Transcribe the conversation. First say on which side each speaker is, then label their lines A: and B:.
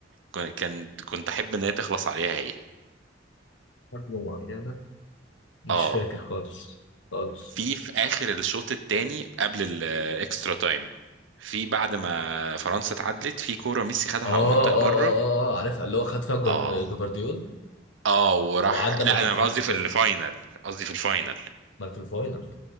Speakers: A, on the right; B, on the left.
A: كان كنت كنت احب ان هي تخلص عليها هي
B: حاجة معينة مش
A: اه
B: فاكر خالص خالص
A: في في اخر الشوط الثاني قبل الاكسترا تايم في بعد ما فرنسا اتعادلت في كورة ميسي خدها
B: اه
A: على المنطقة
B: اه اه
A: بره
B: اه آه، عارفها اللي هو خد فيها جوار-
A: اه
B: جفارديول
A: اه وراح
B: وعدى
A: لا
B: من على
A: انا
B: الخط
A: قصدي
B: كده
A: في الفاينل قصدي في الفاينل
B: ما في الفاينل